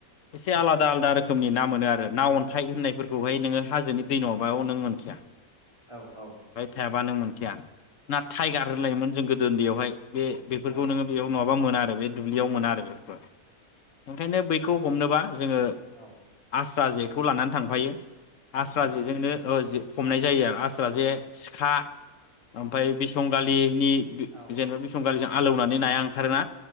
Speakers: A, on the left (about 60°); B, on the right (about 20°).
A: एसे आलादा आलादा रोखोम नि ना मोनो आरो ना अन्थाइ होननायफोरखौहाय नोङो हाजोनि दै नङाबा नों मोनखाया।
B: औ औ।
A: थायाबा नों मोनखाया। ना टाइगार होलायोमोन जों गो दो उन्दैयावहाय बे बेफोरखौ
B: औ
A: नोङो बेयाव नङा बा मोना आरो बे दुब्लियाव मोना आरो बेफोरखौ। ओंखायनो बैखौ हमनोबा जोङो
B: औ
A: आस्रा जे खौ लानानै थांफायो।
B: आदसा
A: आस्रा जेजोंनो औ हमनाय जायो आरो आस्रा जे सिखा ओमफाय बिसंगालिनि
B: औ
A: जेनेबा बेसंगालि जा आलौनानै नाया ओंखारोना